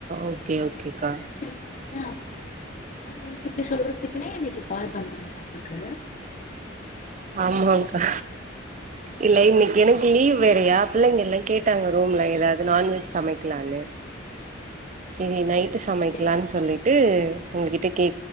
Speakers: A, on the right; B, on the left.
A: ஓகே ஓகேக்கா
B: எடுத்துட்டீங்க அப்டின்னா பிரியாணி ரெசிபி சொல்றத்துக்குன்னே இன்னைக்கு கால் பண்ணனா உங்குளுக்கு
A: ஆமாங் கா இல்ல இன்னைக்கு எனக்கு லீவ் வேறயா பிள்ளைங்க எல்லா கேட்டாங்க ரூம்ல எதாது நான் வெஜ் சமைக்கலான்னு செரி நைட்டு சமைக்கலான்
B: சரி
A: சொல்லிட்டு ஒங்ககிட்ட கே